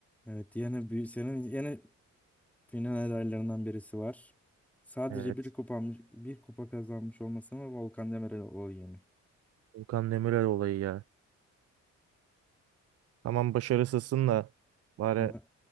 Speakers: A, in the centre; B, on the right (about 55°).
A: Evet. Yine bir senin yine final adaylarından birisi var. Sadece
B: Evet.
A: bir kupanmış, bir kupa kazanmış olması mı Volkan Demirel olayı mı?
B: Volkan Demirel olayı ya. Tamam başarısızsın da bari
A: Ama